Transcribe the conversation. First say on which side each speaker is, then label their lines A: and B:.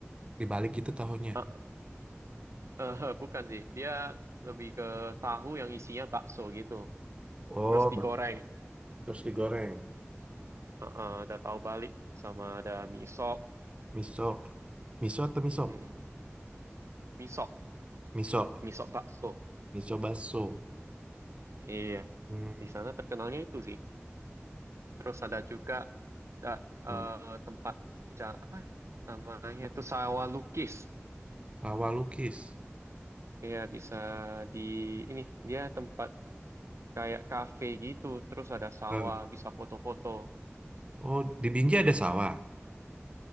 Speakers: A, on the right; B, on the right.
A: Dibalik itu tahunya.
B: Eh, eh, <laughs> bukan sih. Dia lebih ke tahu yang isinya bakso gitu.
A: Oh,
B: Terus digoreng.
A: Bang. Terus digoreng.
B: Eh, eh, ada tahu Bali sama ada miso.
A: Miso. Miso atau miso?
B: Mm-mm. Miso,
A: Miso.
B: miso bakso.
A: Miso baso.
B: Iya.
A: Hmm.
B: Di sana terkenalnya itu sih. Terus ada juga da, eh,
A: hmm.
B: tempat ja- apa namanya itu sawah lukis.
A: Sawah lukis.
B: Iya bisa di ini dia tempat kayak kafe gitu, terus ada sawah
A: Eh,
B: bisa foto-foto.
A: Oh, di Binjai ada sawah?